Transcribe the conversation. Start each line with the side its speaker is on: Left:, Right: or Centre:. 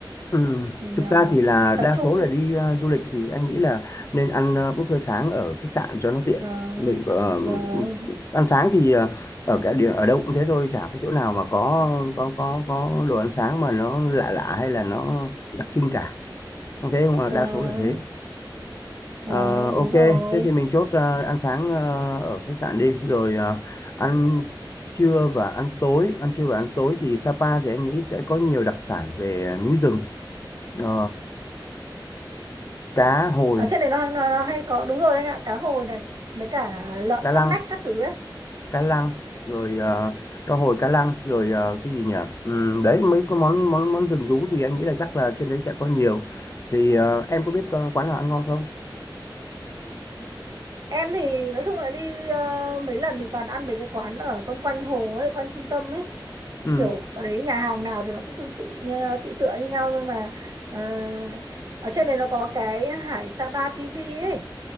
Left: Ừ.
Right: Mình
Left: Thực
Right: ờ,
Left: ra thì là
Right: tập
Left: đa
Right: trung...
Left: số là đi ờ, du lịch thì anh nghĩ là nên ăn ờ, buffet sáng ở khách sạn cho nó tiện.
Right: Vâng,
Left: Mình ờ,
Right: vâng,
Left: ăn sáng thì ờ, ở cái địa ở đâu cũng thế thôi, chả có chỗ nào mà có có có có đồ ăn sáng mà nó lạ lạ hay là nó đặc trưng cả. Anh thấy không?
Right: vâng,
Left: Đa số là thế.
Right: vâng,
Left: Ờ, ok,
Right: đúng rồi.
Left: thế thì mình chốt ờ, ăn sáng ờ, ở khách sạn đi, rồi ờ, ăn trưa và ăn tối. Ăn trưa và ăn tối thì Sapa thì anh nghĩ sẽ có nhiều đặc sản về núi rừng. Ờ, cá hồi
Right: ở trên đấy nó, nó nó hay có đúng rồi anh ạ cá hồi này mấy cả lợn
Left: cá
Right: cắp
Left: lăng
Right: nách các thứ ấy
Left: cá lăng rồi ờ, cá hồi cá lăng rồi ờ, cái gì nhỉ Ừm, đấy mấy cái món món món rừng rú thì anh nghĩ là chắc là trên đấy sẽ có nhiều thì ờ, em có biết ờ, quán nào ăn ngon không
Right: em thì nói chung là đi ờ, mấy lần thì toàn ăn mấy cái quán ở quanh quanh hồ ấy quanh trung tâm ấy
Left: ừ
Right: kiểu ở đấy nhà hàng nào thì nó cũng tương tự như- tự tựa như nhau nhưng mà ờ, ở trên đấy nó có cái Hải Sapa TV ấy